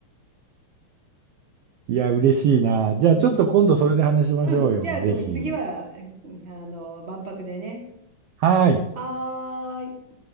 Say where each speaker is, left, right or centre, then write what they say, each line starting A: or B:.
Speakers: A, on the right (about 80°); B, on the right (about 30°).
A: いや、嬉しいな。じゃあ、
B: うん。
A: ちょっと今度それで話しましょうよ。
B: うん。じゃあ、うん次は、
A: ぜひ。
B: うんあの、万博でね。
A: はい。
B: はーい。